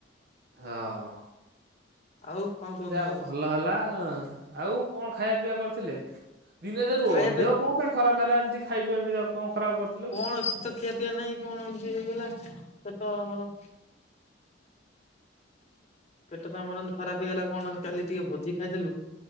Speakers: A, on the right; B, on the left.
A: ହଁ।
B: ଆଉ କଣ? କୁହନ୍ତୁ
A: ଯେ ଆଉ
B: କୁହନ୍ତୁ।
A: ଭଲ ହେଲା ଆଉ କଣ ଖାଇବା ପିଇବା କରିଥିଲେ ଦିନେ <unintelligible> ଦେ ରୁହ
B: ଖାଇବା
A: ଦେହ କଣ ପାଇଁ ଖରାପ ହେଲା ଏମିତି ଖାଇବା ବିଧ <unintelligible> କଣ ଖରାପ କରି
B: କଣ କିଛି ତ ଖିଆ ପିଆ ନାହିଁ କଣ ଏମିତି ହେଇଗଲା ପେଟ ଆମର ପେଟ ତ ଆମର ଏମିତି ଖରାପ ହେଇଗଲା କଣ କାଲି ଟିକେ ଭୋଜି ଖାଇଦେଲୁ